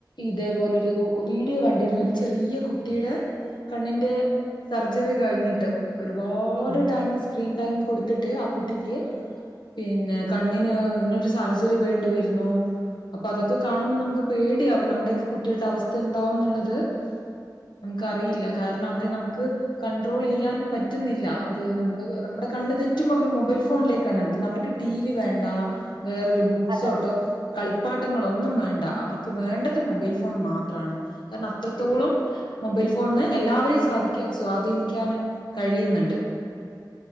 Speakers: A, on the left; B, on the right.
A: ഇതേപോലെരു വീഡിയോ കണ്ടിരുന്നു ഒരു ചെറിയ കുട്ടിയുടെ കണ്ണിന്റെ സർജറി കഴിഞ്ഞിട്ട്. ഒരുപാട്
B: ഉം
A: ടൈം സ്ക്രീൻ ടൈം കൊടുത്തിട്ട് ആ കുട്ടിക്ക് <unintelligible> പിന്നെ കണ്ണിന് ഇങ്ങനെരു സർജറി വേണ്ടി വരുന്നു. അപ്പൊ അതൊക്കെ കാണുമ്പോ നമുക്ക് പേടിയാവും നമ്മുടെയൊക്കെ കുട്ടികളുടെ അവസ്ഥ എന്താവന്നുള്ളത് നമുക്ക് അറിയില്ല കാരണം അവരെ നമുക്ക് കണ്ട്രോൾ ചെയ്യാൻ പറ്റുന്നില്ല അവര് നമ്മള് നമ്മുടെ കണ്ണ് തെറ്റും അവര് മൊബൈൽ ഫോണിലേക്കാണ് എടുക്കുന്നത് അവർക്ക് ടി വി വേണ്ട. വേറൊരു ബുക്സ്
B: അതെ
A: ഓട്ടോ കളിപ്പാട്ടങ്ങള് ഒന്നും വേണ്ട അവർക്ക് വേണ്ടത് മൊബൈൽ ഫോൺ മാത്രവാണ് കാരണം അത്രത്തോളം
B: ശരി
A: മൊബൈൽ ഫോണിന്ന് എല്ലാവരെയും സ്വാധിക്ക സ്വാധീനിക്ക കഴിക്കാന് കഴിയുന്നുണ്ട്